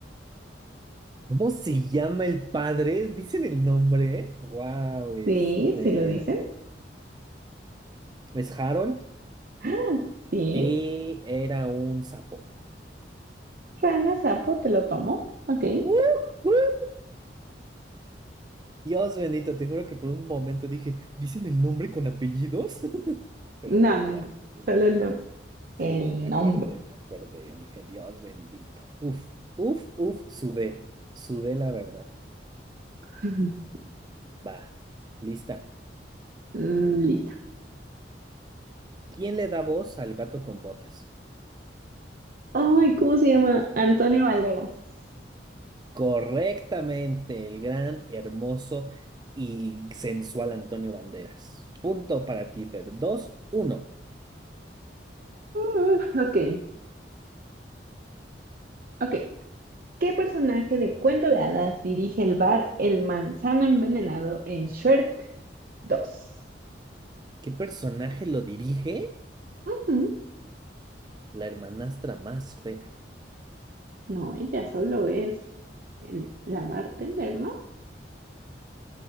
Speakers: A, on the right (about 25°); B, on the right (about 50°).
A: ¿Cómo se llama el padre? Dicen el nombre. Wow, este.
B: Sí, ¿se lo dicen?
A: Es Harold
B: ¡Ah! Sí.
A: y era un sapo.
B: Rana, sapo, te lo tomo. Ok.
A: ¡Woohoo! Dios bendito, te juro que por un momento dije, ¿dicen el nombre con apellidos? <laughs> Pero
B: No,
A: no,
B: no,
A: ya,
B: no.
A: ya,
B: Solo
A: ya, ya.
B: el nombre.
A: Sí,
B: El
A: me acordé,
B: nombre.
A: me acordé. Dije, Dios bendito. Uf, uf, uf, sudé. Sudé la verdad.
B: <laughs>
A: Va, lista.
B: Mm, Listo.
A: ¿Quién le da voz al gato con botas?
B: Ay, ¿cómo se llama? Antonio Banderas.
A: Correctamente, el gran, hermoso y sensual Antonio Banderas. Punto para ti, Fer. Dos, uno.
B: Mm, ok, ok. ¿Qué personaje de Cuento de Hadas dirige el bar El Manzano Envenenado en Shrek 2?
A: ¿Qué personaje lo dirige?
B: Ujú.
A: La hermanastra más fea.
B: No, ella solo es el- la bartender, ¿no?